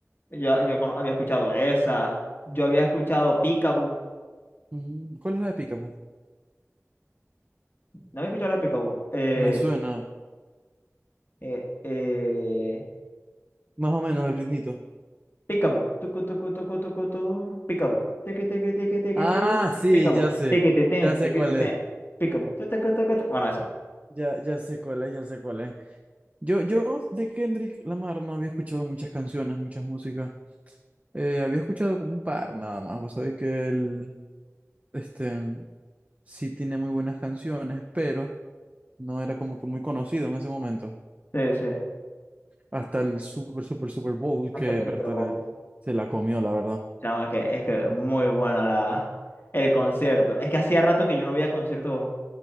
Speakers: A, on the left; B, on the right.
A: Yo, yo cono- había escuchado esa. Yo había escuchado Peekaboo.
B: Mm, ¿Cuál es la de Picapo?
A: ¿No había escuchado la de Peekaboo? Eh,
B: Me suena
A: eh, eh,
B: más o menos el ritmito.
A: Peekaboo. Tucu, tucu, tucu, tucu, tu. Peekaboo. Teque, teque, teque, teque,
B: Ah,
A: te.
B: sí,
A: Peekaboo.
B: ya sé,
A: Teque, te, ten,
B: ya sé
A: teque,
B: cuál
A: te,
B: es,
A: ten. Peekaboo. Tu, tucu, tucu, tu. tu. Bueno, esa.
B: ya, ya sé cuál es, ya sé cuál es. Yo, yo
A: eh,
B: de Kendrick Lamar no había escuchado muchas canciones, muchas músicas. Eh, había escuchado como un par nada más. Vos sabés que él, este, sí tiene muy buenas canciones, pero no era como que muy conocido en ese momento.
A: Sí, sí.
B: Hasta el Super, Super, Super Bowl
A: Hasta
B: que
A: el Super
B: Berta
A: Bowl.
B: le- se la comió, la verdad.
A: Chamo, es que, es que muy buena la, el concierto. Es que hacía rato que yo no veía concierto,